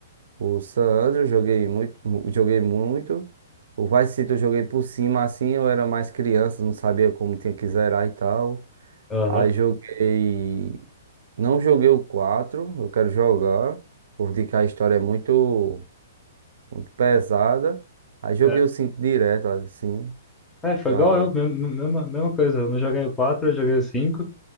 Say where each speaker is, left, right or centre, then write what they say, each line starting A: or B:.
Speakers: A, on the right (about 65°); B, in the centre.
A: o San Andreas, joguei muito, mu- joguei muito. O Vice City eu joguei por cima, assim, eu era mais criança, não sabia como tinha que zerar e tal.
B: Aham.
A: Aí joguei, não joguei o 4, eu quero jogar. Vou dizer que a história é muito muito pesada. Aí joguei
B: É,
A: o 5 direto, assim,
B: É, foi
A: da
B: igual
A: hora.
B: eu, mesma, mesma mesma coisa. Eu não joguei o 4, eu joguei o 5.